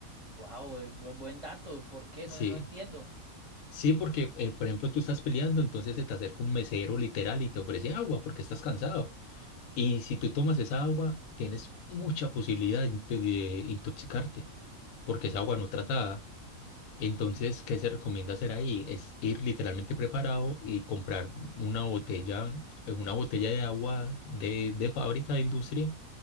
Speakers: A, on the right (about 30°); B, on the left (about 80°).
A: wow, buen, buen dato, ¿por qué?
B: Sí.
A: No, no entiendo.
B: Sí, porque, eh, por ejemplo, tú estás peleando, entonces se te acerca un mesero literal y te ofrece agua porque estás cansado. Y si tú tomas esa agua, tienes mucha posibilidad de, inte- de intoxicarte porque es agua no tratada. Entonces, ¿qué se recomienda hacer ahí? Es ir literalmente preparado y comprar una botella, eh, una botella de agua de, de fábrica, de industria,